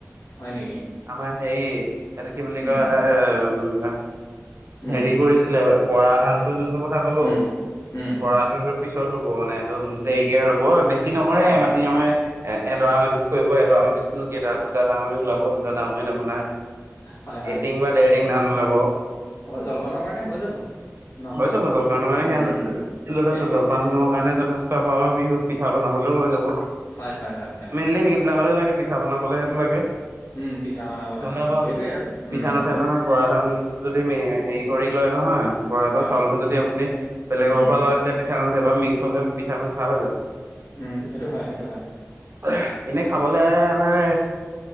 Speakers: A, on the left; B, on the right.
A: হয় নেকি
B: আমাৰ হেৰি এইটো কি বুলি
A: উম
B: কয় এ
A: উম
B: হেৰি কৰিছিলে বৰা ধানটো যোনটো কথা কলো,
A: উম উম
B: বৰাটোতো পিছ ৰুব মানে সেইটো, দেৰিকে ৰুব, বেছি নকৰে
A: অ
B: মাটি আমাৰ এ এডৰা মাটিত কৰিব এডৰা মাটিতনো কেইটা দুটা ডাঙৰি ওলাব- দুটা ডাঙৰিত আপোনাৰ
A: হয় হয়
B: এটিং বা ডেৰটিং ধান ওলাব।
A: হ'ব জলপানৰ কাৰণে হৈ যাব। ন
B: হৈ যাব জলপানৰ কাৰণে
A: উম
B: সে যথেষ্ট
A: সেইটোৱে
B: জলপানৰ কাৰণে বিহুত পিঠা বনাবলৈও হৈ যাব,
A: হয় হয় হয় হয়
B: মেইনলি সেইবিলাকত লাগে পিঠা বনাবলৈ সেটো লাগে,
A: উম পিঠা বনাব
B: নহলে
A: লাগে
B: আকৌ
A: সেইটোৱে আৰু
B: পিঠা
A: উম
B: নুথে নহয় বৰা কাৰন যদি মেৰিয়াই হেৰি কৰি লয় নহয় বৰাটো
A: হয়
B: চাউলটো যদি আপুনি বেলেগৰ
A: উম
B: পৰা লয় তেতিয়া পিঠা নুঠে বা মিক্স হ'লে পিঠা নুঠা হৈ যায়।
A: উম সেইটো হয় সেইটো হয়
B: এহ, এনে খাবলৈ আমাৰ